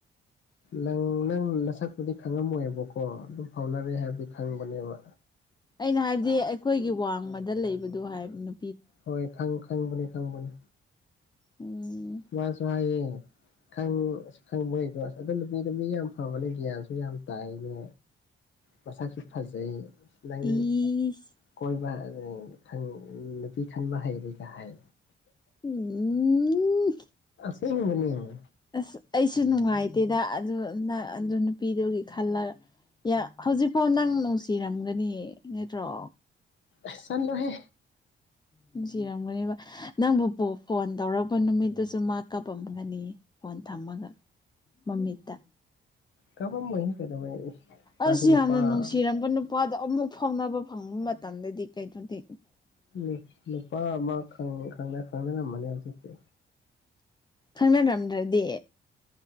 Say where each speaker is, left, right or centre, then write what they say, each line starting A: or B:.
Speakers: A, on the left; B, on the left.
A: ꯅꯪ ꯅꯪ ꯅꯁꯛꯄꯨꯗꯤ ꯈꯪꯉꯝꯃꯣꯏꯕꯀꯣ ꯑꯗꯨꯝ ꯐꯥꯎꯅꯔꯦ ꯍꯥꯏꯕꯗꯤ ꯈꯪꯕꯅꯦꯕ
B: ꯑꯩꯅ ꯍꯥꯏꯕꯗꯤ ꯑꯩꯈꯣꯏꯒꯤ ꯋꯥꯡꯃꯗ ꯂꯩꯕꯗꯨ ꯍꯥꯏꯕ ꯅꯨ
A: ꯍꯣꯏ ꯈꯪ ꯈꯪꯕꯅꯤ ꯈꯪꯕꯅꯤ
B: ꯎꯝ
A: ꯃꯥꯁꯨ ꯍꯥꯏꯌꯦ ꯈꯪꯉꯨ ꯑꯁ ꯈꯪꯕꯣꯏꯀꯣ ꯑꯁ ꯑꯗꯨ ꯅꯨꯄꯤꯗꯣ ꯃꯤ ꯌꯥꯝ ꯐꯕꯅꯦ ꯒ꯭ꯌꯥꯟꯁꯨ ꯌꯥꯝ ꯇꯥꯏꯅꯦ
B: ꯇꯥꯕ ꯉꯝꯗꯕ
A: ꯃꯁꯛꯁꯨ ꯐꯖꯩ ꯏꯁ ꯅꯪ
B: ꯏꯁ
A: ꯀꯣꯏꯕ ꯑꯗꯩ ꯈꯟ ꯅꯨꯄꯤ ꯈꯟꯕ ꯍꯩꯔꯦꯒ ꯍꯥꯏ
B: ꯎꯝ
A: ꯁꯦꯡꯕꯅꯦ
B: ꯑꯁ ꯑꯩꯁꯨ ꯅꯨꯡꯉꯥꯏꯇꯦꯗ ꯑꯗꯨ ꯅ ꯑꯗꯨ ꯅꯨꯄꯤꯗꯨꯒꯤ ꯈꯜꯂꯒ ꯌꯥ ꯍꯧꯖꯤꯛꯐꯥꯎ ꯅꯪ ꯅꯨꯡꯁꯤꯔꯝꯒꯅꯤ ꯅꯠꯇ꯭ꯔꯣ
A: ꯑꯁ ꯆꯠꯂꯣꯍꯦ
B: ꯅꯨꯡꯁꯤꯔꯝꯒꯅꯦꯕ ꯅꯪꯕꯨ ꯐꯣꯟ ꯇꯧꯔꯛꯄ ꯅꯨꯃꯤꯠꯇꯨꯁꯨ ꯃꯥ ꯀꯥꯄꯝꯒꯅꯤ ꯐꯣꯟ ꯊꯝꯃꯒ ꯃꯃꯤꯠꯇ
A: ꯀꯥꯞꯄꯥꯝꯃꯣꯢꯍꯦ ꯀꯩꯗꯧꯕꯩ ꯃꯥꯁꯨ
B: ꯑꯁ
A: ꯅꯨꯄꯥ
B: ꯌꯥꯝꯅ ꯅꯨꯡꯁꯤꯔꯝꯕ ꯅꯨꯄꯥꯗꯣ ꯑꯃꯨꯛ ꯐꯥꯎꯅꯕ ꯐꯪꯕ ꯃꯇꯝꯗꯗꯤ ꯀꯩꯗꯧꯗꯦ
A: ꯎ ꯅꯨꯄꯥ ꯑꯃ ꯈꯪꯅ ꯈꯪꯅꯔꯝꯃꯅꯤ ꯍꯧꯖꯤꯛꯇꯤ
B: ꯈꯪꯅꯔꯝꯗ꯭ꯔꯗꯤ